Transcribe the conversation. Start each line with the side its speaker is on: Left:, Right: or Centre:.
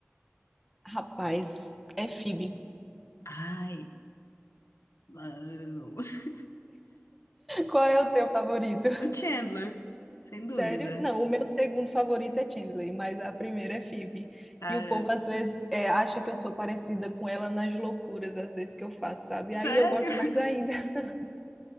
Centre: Rapaz, é Phoebe.
Left: Ai, não. <laughs>
Centre: Qual é o teu favorito?
Left: O Chandler, sem
Centre: Sério?
Left: dúvida.
Centre: Não, o meu segundo favorito é Chandler, mas a primeira é Phoebe.
Left: Cara,
Centre: E o povo às vezes é, acha que eu sou parecida com ela nas loucuras, às vezes que eu faço, sabe?
Left: sério?
Centre: Aí eu gosto
Left: <laughs>
Centre: mais ainda <laughs>